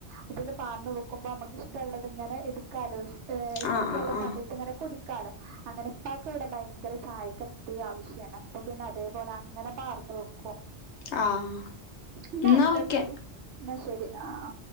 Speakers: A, on the right; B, on the left.
A: അതില് പാർന്നു വെക്കുമ്പോ നമ്മുക്ക് ഇഷ്ടള്ളത് ഇങ്ങനെ എടു ക്കാലോ ഹ ഇഷ്ടള്ള
B: ആഹ് ആഹ് ആഹ്
A: സമയത്ത്
B: ആഹ്
A: ഇങ്ങനെ കുടിക്കാലോ അങ്ങനെപ്പ ക്ക് ഇവിടെ ഭയങ്കര ചായക് അത്തി ആവശ്യാണ് അപ്പൊ പിന്നെ അതേപോലെ അങ്ങനെ പാർന്ന് വെക്കും
B: ആഹ്
A: എന്ന
B: എന്നാ
A: ആയിക്കോട്ടെ
B: ഓക്കെ
A: എന്ന ശരി ആഹ്.